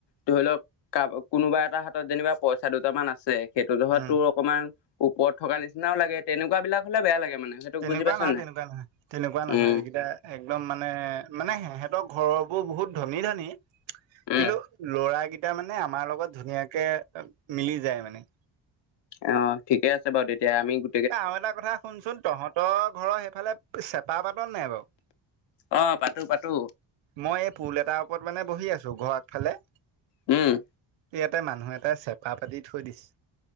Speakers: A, on the left (about 65°); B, on the right (about 80°).
A: ধৰি লওক কাবা কোনোবা এটা হাতত যেনিবা পইচা দুটামান আছে। সেইটোতো
B: উম
A: তোৰ অকণমান ওপৰত থকা নিচিনাও লাগে তেনেকুৱা বিলাক হ'লে বেয়া লাগে মানে। সেইটোক
B: তেনেকুৱা
A: বুজি পাইছ
B: নহয়,
A: নাই
B: তেনেকুৱা নহয়, তেনেকুৱা নহয়,
A: উম
B: এইকেইটা। একদম মানে মানে সিহঁতৰ ঘৰ বোৰ বহুত ধনী ধনী। কিন্তু
A: উম
B: ল'ৰাকিটা মানে আমাৰ লগত ধুনীয়াকে মিলি যায় মানে।
A: অ, ঠিকে আছে বাৰু তেতিয়া আমি গো
B: এ আৰু এটা কথা শুনচোন তহঁতৰ ঘৰৰ সেইফালে চেপা পাত নাই বাৰু?
A: অ, পাতো পাতো।
B: মই এই পুল এটাৰ ওপৰত মানে বহি আছো ঘৰ আগফালে।
A: উম,
B: ইয়াতে মানুহ এটা চেপা পাতি থৈ দিছে।